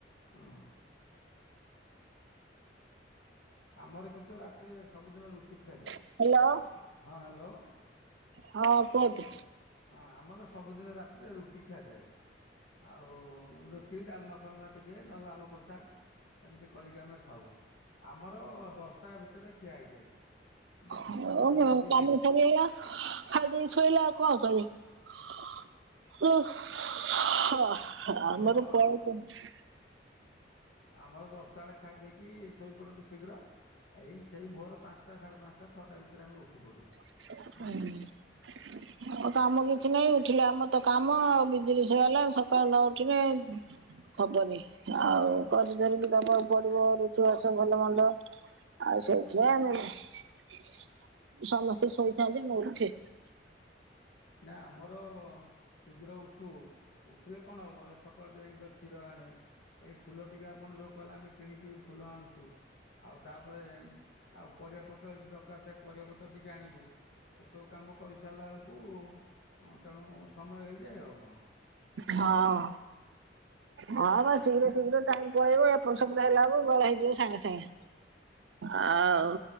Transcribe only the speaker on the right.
ହ୍ୟାଲୋ
ହଁ ପୁଅଟି
ହ
ମ
କାମ
ସରିଗଲା ଖାଇଦେଇ ସୋଇଲା ଆଉ କଅଁ କରିବା। <unintelligible> <inaudible> ଆମର
କଣ କରୁଛୁ?
<unintelligible>
କାମ କିଛି ନାଇଁ ଉଠିଲେ ଆମ ତ କାମ ମ <unintelligible> ସକାଳୁ ନଉଠିନେ ହବନି ଆଉ କରି ଧରିକି ଦବ। ପଡିବ ରୋଷେଇ ବାସ ଭଲ ମନ୍ଦ। ଆଉ ସେଇ ଯା ନେଇଯା <inaudible> ସମସ୍ତ ସେ ଶୋଇ <unintelligible>
ହଁ ହଁ ବା ଶିଘ୍ର ଶୀଘ୍ର ଟାଇମ୍ ପଳେଇବ ଏପଟ୍ ସେପଟ ହେଲା ବେଳକୁ ବେଳ ହେଇଯିବ ସାଙ୍ଗେ ସାଙ୍ଗେ। ଆଉ